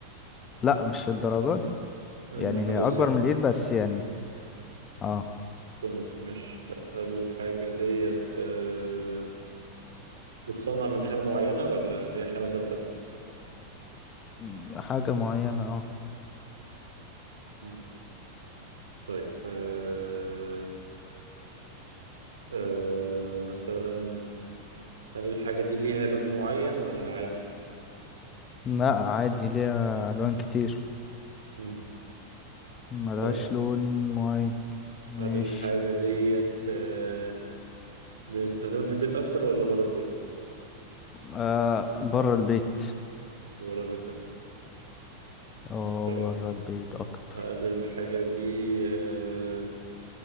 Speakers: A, on the left (about 25°); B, on the right (about 70°).
A: لا مش الدرجات دي
B: مم،
A: يعني
B: يعني في
A: هي
B: النص
A: اكبر
B: يعني
A: من الايد بس يعني اه
B: في النص مش طيب هل الحاجة ديت أه بتصنع من خامة معينة ولا اللي هي خامة ثابتة؟
A: م- حاجة معينة اه
B: مم، طيب أه أه مثلا هل الحاجة دي ليها لون معين ولا عادي؟
A: لا عادي ليها الوان كتير
B: مم،
A: ملهاش
B: طيب
A: لون معين
B: هل
A: ماشي
B: الحاجة ديت آه، بنستخدمها في البيت أكتر ولا بره البيت؟
A: آه بره البيت
B: بره البيت أكتر
A: اه
B: طيب
A: بره البيت اكتر
B: هل الحاجة دي آه،